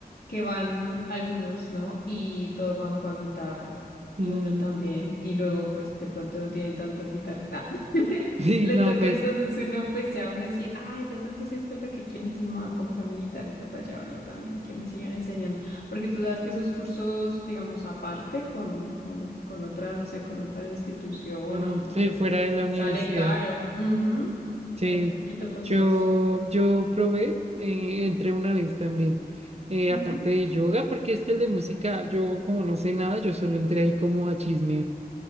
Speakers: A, on the left (about 85°); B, on the right (about 40°).
A: que van algunos, ¿no? Y todos van por guitarra,
B: Mm,
A: y uno también, y luego pues de pronto no tienen tantas guitarras. Ah, <laughs>
B: <laughs> sí,
A: Le
B: no,
A: toca
B: pues
A: entonces uno pues ya uno decir, ay, de pronto si esto es lo que quiero, entonces me voy a comprar mi guitarrita para llevarla también, que me sigan enseñando. Porque tú sabes que esos cursos, digamos, aparte con, con, con otra, no sé, con otra institución
B: mm,
A: o
B: sí, fuera de la universidad.
A: sale caro. Ujú. Sale
B: Sí,
A: un poquito costoso.
B: yo, yo probé, eh, entré una vez también, eh,
A: Ujú.
B: aparte de yoga, porque es que el de música, yo como no sé nada, yo solo entré ahí como a chismear